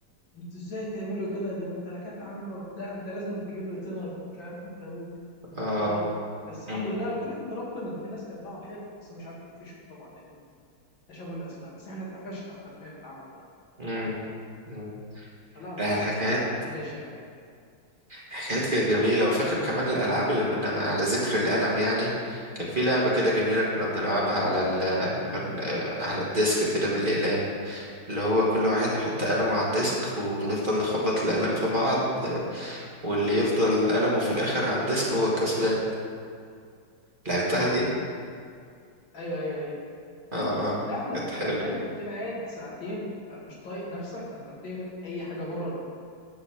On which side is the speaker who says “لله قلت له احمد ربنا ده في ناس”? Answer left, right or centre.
Left